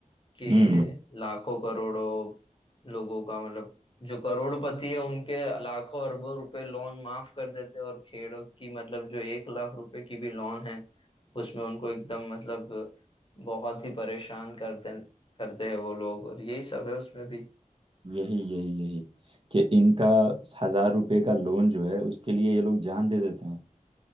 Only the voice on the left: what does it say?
कि
लाखों करोड़ों लोगों का मतलब जो करोड़पति है उनके लाखों अरबों रुपए लोन माफ कर देते हैं, और खेड़ूत की मतलब जो एक लाख रुपए की भी लोन है उसमें उनको एकदम मतलब बहुत ही परेशान करते करते हैं वो लोग और यही सब है उसमें भी